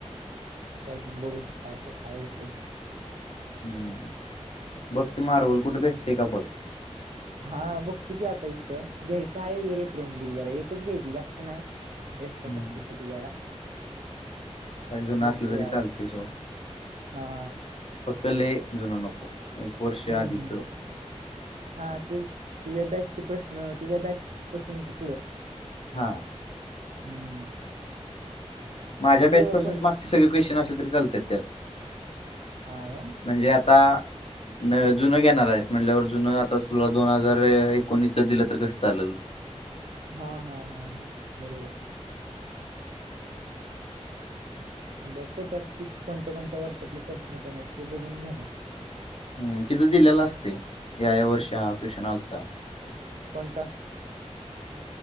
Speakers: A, on the right; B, on the left.
A: त्यात बघू काय अस काय होतय.
B: हम् बघ ते मार्वल कुठे भेटतय का बघ.
A: हा बघतू की आता इथं घ्यायचं आहे रेफरन्स बुक जरा एकच घ्यायची जास्त नाही. एकक्ट्रा
B: हम्म
A: कस्ती साठी जरा
B: काय जुनं
A: बघतो
B: असलं तरी
A: जरा
B: चालते सोड
A: हा
B: फक्त लय जुनं नको. एक वर्ष
A: हम्म
B: आधीच
A: हम्म. हा ते तुझ्या बॅचचे प्रश्न तुझ्या बॅच पासूनचं पुढं
B: हा.
A: हम्म.
B: माझ्या
A: तुझं
B: बॅच पासूनची
A: पण
B: मागचे सगळे क्वेश्चन असले तरी चालत्यात त्यात
A: हा काय.
B: म्हणजे आता. न जुनं घेणार आहेस म्हटल्यावर जुनं आता तुला दोन हजार एकोणीसच दिलं तर कसं चालेल.
A: हा हा हा हा बरोबर. बघतो त्यात कित कोणत्या कोणत्या वर्षातले प्रश्न तेन आहेत ते बघून घेणार.
B: ह तिथं दिलेला असते या या वर्षी हा क्वेश्चन आलता.
A: कोणता?